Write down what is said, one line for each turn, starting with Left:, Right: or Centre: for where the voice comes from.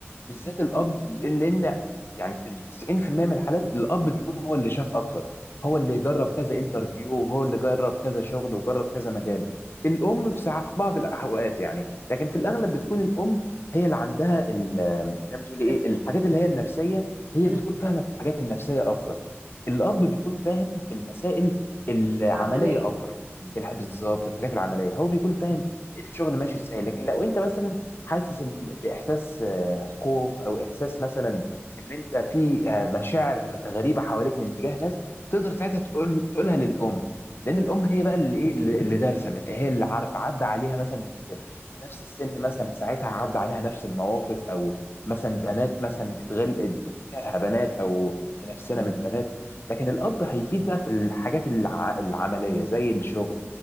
Left: بالذات
Right: مم.
Left: الاب لان لأن يعني في ال 90% من الحالات الاب بيكون هو اللي شاف اكتر هو اللي جرب كذا انترفيو وهو اللي جرب كذا شغل وجرب كذا مجال الام في ساعات في بعض الاوقات يعني لكن في الاغلب بتكون الام هي اللي عندها ال- زي ما تقولي ايه
Right: تشجيع
Left: الحاجات اللي هي النفسيه هي
Right: مم.
Left: بتكون فاهمه في الحاجات النفسيه اكتر الاب بيكون فاهم في المسائل العمليه
Right: العمليه
Left: اكتر
Right: مم.
Left: الح- بالظبط الحاجات العمليه هو بيكون فاهم الشغل ماشي ازاي لكن لو انت مثلا حاسس إن- باحساس آه، خوف او احساس مثلا ان انت في آه، مشاعر غريبه حواليك من تجاه ناس تقدر ساعتها تقول تقولها للام لان
Right: مم.
Left: الام هي بقى اللي ايه اللي اللي دارسه من هي اللي عارفه عدى عليها مثلا في في نفس السن مثلا ساعتها عدى عليها نفس المواقف او مثلا بنات مثلا بتغل كارهه بنات او منافسنا
Right: مم.
Left: من بنات لكن الاب هيفيد بقى في الحاجات الع... العمليه زي الشغل